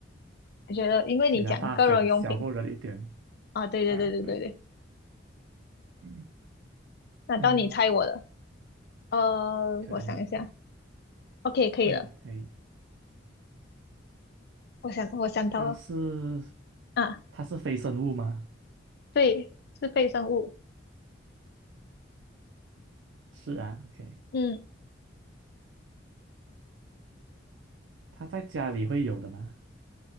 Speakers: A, on the left; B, on the right.
A: 我觉得因为你讲个人用品
B: 你的大小小过了一点。
A: 啊，对对对对对对，
B: 啊，对。嗯
A: 那到你猜我的，
B: 嗯，
A: 呃，
B: 可以。
A: 我想一下，OK，可以了，
B: 嗯，可以。
A: 我想我想到了
B: 它是
A: 啊，
B: 它是非生物吗？
A: 对，是非生物。
B: 是啊，OK。
A: 嗯。
B: 它在家里会有的吗？